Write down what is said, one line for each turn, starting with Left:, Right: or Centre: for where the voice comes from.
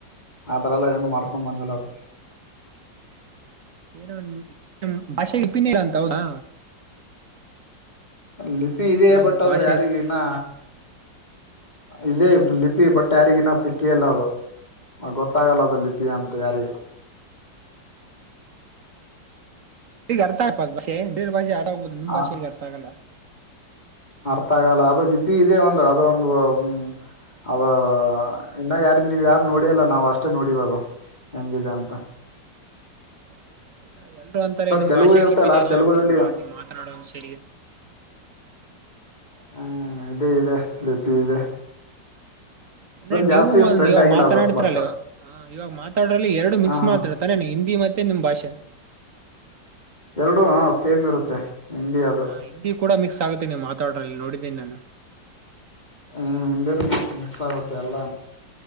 Left: ಆತರ ಎಲ್ಲಾ ಏನು ಮಾಡ್ಕೊಂಡ್ ಬಂದಿಲ್ಲ ಅ <inaudible>
Right: ಏನೋ ಭಾಷೆ ಇಪ್ಪಿನಿಲ್ಲ ಅಂತ ಹೌದಾ
Left: ಲಿಪಿ ಇದೆಯ
Right: ಇವಾಗ
Left: ಬಟ್
Right: ನಿಮ್
Left: ಅದು
Right: ಭಾಷೆ
Left: ಯಾರಿಗ ಇನ್ನ ಇದೇ ಲಿಪಿ ಬಟ್ ಯಾರಿಗಿನ ಸಿಕ್ಕಿಲ್ಲ ಅದು ಗೊತ್ತಾಗಲ್ಲ ಅದು ಲಿಪಿ ಪಿಯಂ ತಯಾರಿ
Right: ಈಗ ಅರ್ಥ ಆಯ ಬಡೇರ್ ಭಾಷೆ ಆಡಾಗ್ಬಹುದು ನಿಮ್
Left: ಆ
Right: ಭಾಷೆ ಈಗ ಅರ್ಥ ಆಗಲ್ಲ
Left: ಗೊತ್ತಾಗಲ್ಲ ಅದು ಲಿಪಿ ಇದೇ ಒಂದು ಅದ ಒಂದು ಹ್ಮ ಅದ ಇನ್ನು ಯಾರ ನೀವ ಯಾರು ನೋಡಿ ಅಲ್ಲ ನಾವ್ ಅಷ್ಟೇ ನೋಡಿಬದು ಯೆಂಗಿಧೆಯಾಂತ
Right: ಹೌದಾ ಇಲ್ಲ ಎಲ್ರರು ಅಂತಾರೆ ನಿಮ್
Left: ತೆಲುಗು
Right: ಭಾಷೆ
Left: ಇರ್ತಲ್ಲ
Right: ಲಿಪಿನೇ
Left: ಆ
Right: ಎಲ್ಲಾ
Left: ತೆಲುಗುದಲ್ಲಿ
Right: ನಿಮ್ ಬಾ ನಿಮ್ ಮಾತನಾಡುವ ಸಗೆ
Left: ಹ್ಮ್ ಇದೆ ಇದೆ ಲಿಪಿ ಇದೆ..
Right: ಅಂದ್ರೆ ನೀವು
Left: ಜಾಸ್ತಿ
Right: ಒಂದ
Left: ಸ್ಪ್ರೆಡ್
Right: ಇಾವ
Left: ಆಗಿಲ್ಲ
Right: ಮಾತನಾಡ್ತಿರಲ್ವ..
Left: ಅದು ಬಟ್
Right: ಹಾ ಇವಾಗ ಮಾತಾಡ್ರಲ್ಲಿ ಎರಡು ಮಿಕ್ಸ್
Left: ಹಾ ಹಾ
Right: ಮಾತಾಡ್ತಾನೆ ಹಿಂದಿ ಮತ್ತೆ ನಿಮ್ ಭಾಷೆ
Left: ಎರಡು ಹ ಸೇಮ್ ಇರುತ್ತೆ ಹಿಂದಿ ಅದು
Right: ಹಾ ಹಿಂದಿ ಕೂಡ ಮಿಕ್ಸ್ ಆಗುತ್ತೆ ನೀವ್ ಮಾತಾಡ್ರಲ್ಲಿ ನೋಡಿದ್ದೀನಿ ನಾನು
Left: ಹ್ಮ್ ಹಿಂದೇನು ಮಿಕ್ಸ್ ಆಗತ್ತೆ ಎಲ್ಲ